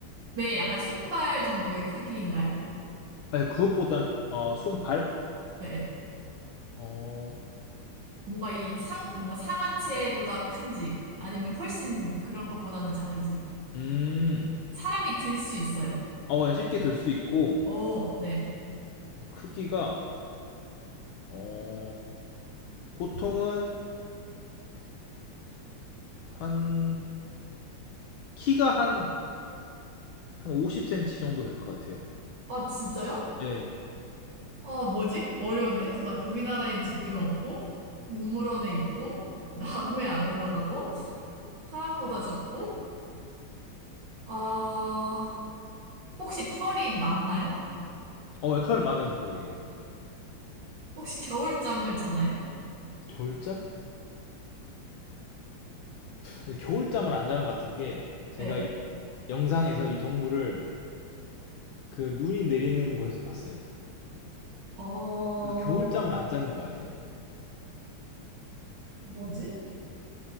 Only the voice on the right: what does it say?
약간 손발 정도의 크기인가요?
예, 예.
뭔가 이 상, 뭔가 상하체보다 큰지, 아니면 훨씬 그런 것보다는 작은지.
사람이 들 수 있어요?
어, 네.
아, 진짜요?
아, 뭐지? 어려운데? 잠깐, 우리나라엔 지금 없고, 동물원에 있고, 나무에 안 올라가고, 사람보다 작고, 아, 혹시 털이 많나요?
혹시 겨울잠을 자나요?
네.
어,
뭐지?